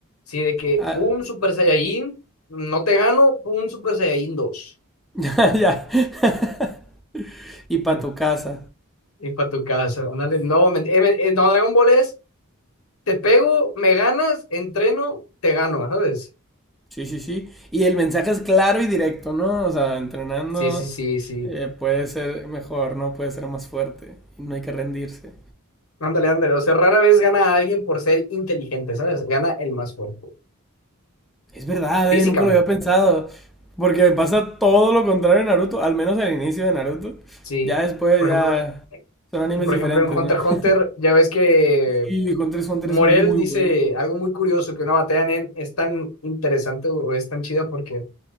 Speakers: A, on the left (about 80°); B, in the centre.
A: Sí, de que,
B: Ah,
A: pum, Super Saiyajin, no te gano, pum, Super Saiyajin dos
B: <laughs> ya, ya. <laughs> Y para
A: <laughs>
B: tu casa.
A: Y para tu casa, ándale. No, men- eh, men- eh, no, Dragon Ball es, te pego, me ganas, entreno, te gano, ¿sabes?
B: Sí, sí, sí. Y el mensaje es claro y directo, ¿no? O sea, entrenando
A: Sí, sí, sí, sí.
B: eh, puede ser mejor, ¿no? Puede ser más fuerte. No hay que rendirse.
A: Ándale, ándale. O sea, rara vez gana a alguien por ser inteligente, ¿sabes? Gana el más fuerte,
B: Es verdad,
A: físicamente,
B: ¿eh? Nunca lo había pensado. Porque pasa todo lo contrario en Naruto, al menos al inicio de Naruto.
A: sí.
B: Ya después
A: Por
B: ya
A: ejemplo,
B: son animes
A: y por
B: diferentes,
A: ejemplo en Hunter
B: ¿no?
A: x
B: <laughs>
A: Hunter, ya ves que
B: Y Hunter x Hunter
A: Morel
B: es muy
A: dice
B: bueno.
A: algo muy curioso, que una batalla en es tan interesante o es tan chida porque